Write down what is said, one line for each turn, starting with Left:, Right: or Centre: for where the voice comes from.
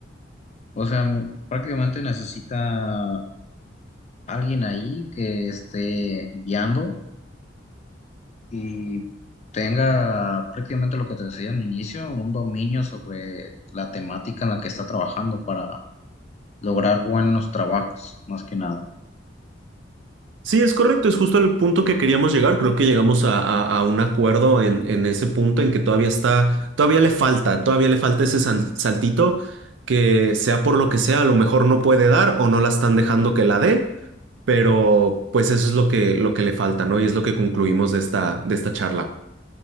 Left: o sea, mm, prácticamente necesita alguien ahí que esté guiando y tenga prácticamente lo que te decía al inicio, un dominio sobre la temática en la que está trabajando para lograr buenos trabajos, más que nada.
Right: Sí, es correcto, es justo el punto que queríamos llegar. Creo que llegamos a, a- a un acuerdo en, en ese punto en que todavía está, todavía le falta, todavía le falta ese sal- saltito que sea por lo que sea, a lo mejor no puede dar o no la están dejando que la dé, pero pues eso es lo que, lo que le falta, ¿no? Y es lo que concluimos de esta, de esta charla.